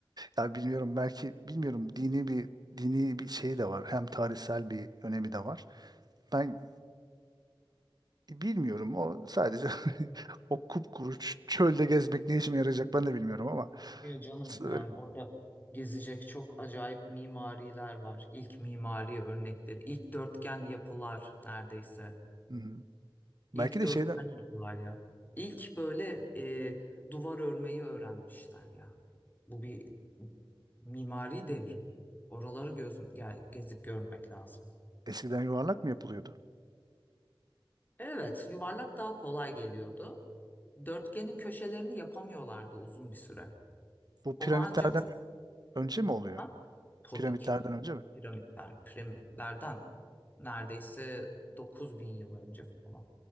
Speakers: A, on the right; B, on the left.
A: Ya bilmiyorum belki bilmiyorum dini bir dini bir şey de var. Hem tarihsel bir önemi de var. Ben bilmiyorum o sadece <laughs> o kupkuru ç- çölde gezmek ne işime yarayacak ben de bilmiyorum ama
B: Ya canım
A: böyle-
B: yani orada gezecek çok acayip mimariler var. İlk mimari örnekleri, ilk dörtgen yapılar neredeyse.
A: Hı hı. belki
B: İlk
A: de
B: dörtgen
A: şeyden
B: yapılar ya. İlk böyle e, duvar örmeyi öğrenmişler ya. Bu bir mimari devrim. Oraları göz, ge- gezip görmek lazım.
A: eskiden yuvarlak mı yapılıyordu?
B: Evet, yuvarlak daha kolay geliyordu. Dörtgenin köşelerini yapamıyorlardı uzun bir süre.
A: Bu piramitlerden
B: Onu ancak
A: önce mi oluyor?
B: Ha? tabii
A: Piramitlerden
B: ki
A: önce mi?
B: piramitler, piramitlerden neredeyse 9 bin yıl önce falan.